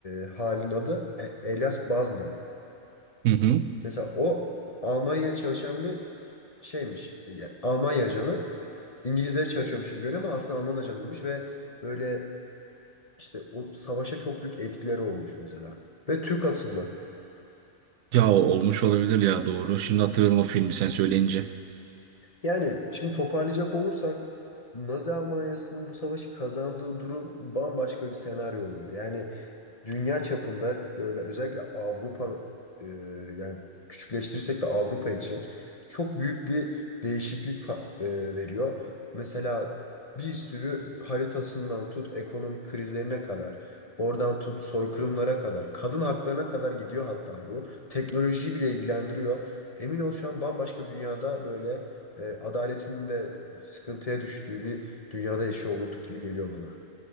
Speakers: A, on the left (about 35°); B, on the right (about 85°).
A: e, halin adı E- Elias Bazna.
B: Hı hı.
A: Mesela o Almanya'ya çalışan bir şeymiş. Ya, Almanya ajanı. İngilizlere çalışıyormuş gibi görünüyor ama aslında Alman ajanıymış ve böyle işte o savaşa çok büyük etkileri olmuş mesela. Ve Türk asıllı.
B: Ya olmuş olabilir ya doğru. Şimdi hatırladım o filmi sen söyleyince.
A: Yani şimdi toparlayacak olursak Nazi Almanya'sının bu savaşı kazandığı durum bambaşka bir senaryo oluyor. Yani dünya çapında böyle özellikle Avrupa e, yani küçükleştirirsek de Avrupa için çok büyük bir değişiklik fa- e, veriyor. Mesela bir sürü haritasından tut ekonomik krizlerine kadar, oradan tut soykırımlara kadar, kadın haklarına kadar gidiyor hatta bu. Teknolojiyi bile ilgilendiriyor. Emin ol şu an bambaşka bir dünyada böyle e, adaletin de sıkıntıya düştüğü bir dünyada yaşıyor olurduk gibi geliyor bana.